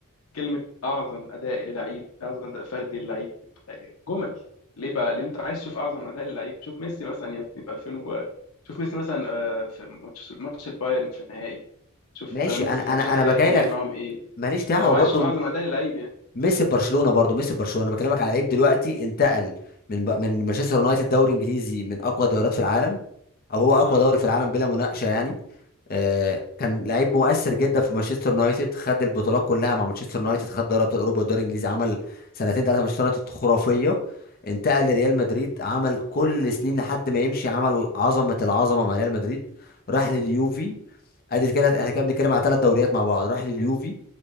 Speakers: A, on the left; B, on the left.
A: كلمة أعظم أداء للعيب أعظم أداء فردي للعيب جمل ليه بقى؟ لأن أنت عايز تشوف أعظم أداء للعيب شوف ميسي مثلا يا ابني في 2000 و... شوف ميسي مثلا آه، في ماتش ماتش البايرن في النهائي شوف
B: ماشي
A: آه، ميسي
B: انا
A: في
B: انا
A: ماتشات
B: انا
A: الريال
B: بجاي
A: كان
B: لك
A: بيعمل معاهم إيه
B: ماليش دعوه
A: لو عايز
B: برضو
A: تشوف أعظم أداء للعيب يعني
B: ميسي في برشلونه برضو ميسي في برشلونه انا بكلمك على لعيب دلوقتي انتقل من ب... من مانشستر يونايتد دوري انجليزي من اقوى دوريات في العالم او هو اقوى
A: مم.
B: دوري في العالم بلا مناقشه يعني آه، كان لعيب مؤثر جدا في مانشستر يونايتد خد البطولات كلها مع مانشستر يونايتد خد دوري ابطال اوروبا والدوري الانجليزي عمل سنتين ثلاثه مانشستر يونايتد خرافيه انتقل لريال مدريد عمل كل سنين لحد ما يمشي عمل عظمه العظمه مع ريال مدريد راح لليوفي ادي كده احنا كده بنتكلم على ثلاث دوريات مع بعض راح لليوفي